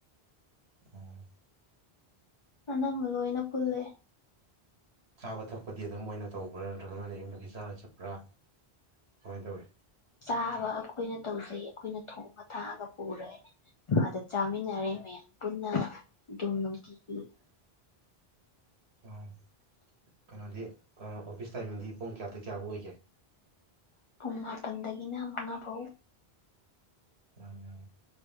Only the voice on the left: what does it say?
ꯑꯅꯝꯕ ꯂꫭꯏꯅ ꯄꯨꯜꯂꯦ
ꯆꯥꯕ ꯑꯩꯈꯣꯏꯅ ꯇꯧꯖꯩ ꯑꯩꯈꯣꯏꯅ ꯊꯣꯡꯉ ꯊꯥꯛꯑꯒ ꯄꯨꯔꯦ ꯑꯥꯗ ꯆꯥꯃꯤꯟꯅꯔꯦ ꯃꯌꯥꯝ ꯄꯨꯟꯅ ꯑꯗꯨꯝ ꯅꯨꯡꯇꯤꯒꯤ
ꯄꯨꯡ ꯃꯥꯄꯜꯗꯒꯤꯅ ꯃꯉꯥ ꯚꯧ